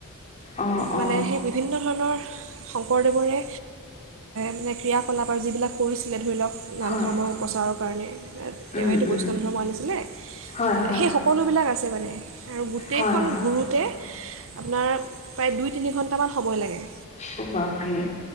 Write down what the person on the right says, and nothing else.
মানে সেই বিভিন্ন ধৰণৰ শংকৰদেৱৰে মানে ক্ৰিয়াকলাপ আৰু যিবিলাক কৰিছিলে ধৰি লওক নাম
সমৰ্মৰ প্ৰচাৰৰ কাৰণে তেওঁৱো
বৈষ্ণৱ ধৰ্ম আনিছিলে
সেই সকলোবিলাক আছিল সবানে আৰু গোটেইখন
ঘোৰোঁতে আপোনাৰ প্ৰায় দুই তিনি ঘণ্টামান সময় লাগে